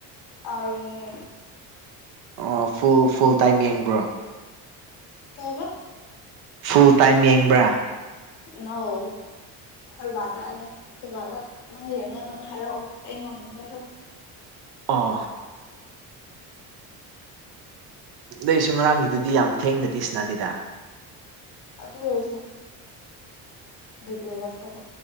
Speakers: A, on the left; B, on the right.
A: ꯑꯥ ꯌꯦꯡ ꯉꯦ꯫
B: ꯑꯣ ꯐꯨꯜ ꯐꯨꯜ ꯇꯥꯏꯝ ꯌꯦꯡꯕ꯭ꯔꯣ
A: ꯀꯩꯕꯥ
B: ꯐꯨꯜ ꯇꯥꯏꯝ ꯌꯦꯡꯕ꯭ꯔꯥ
A: ꯅꯣ ꯑꯩꯈꯣꯏꯕꯥꯗ ꯑꯩꯅ ꯁꯣꯏꯕꯥꯜꯗ ꯅꯪ ꯌꯦꯡꯉꯉ ꯅꯪ ꯍꯥꯏꯔꯛꯑꯣ ꯑꯩ ꯉꯝꯃꯣꯢ ꯍꯥꯢꯕ
B: ꯑꯣ ꯑꯗꯣꯏꯗꯨ ꯉꯔꯥꯡꯒꯤꯗꯨꯗꯤ ꯌꯥꯝ ꯊꯦꯡꯅꯗꯤ ꯁꯥꯟꯅꯗꯦꯗꯥ
A: ꯑꯗꯨ ꯑꯣꯏꯔꯁꯨ ꯕꯤꯠ ꯂꯩꯔꯛꯇꯕ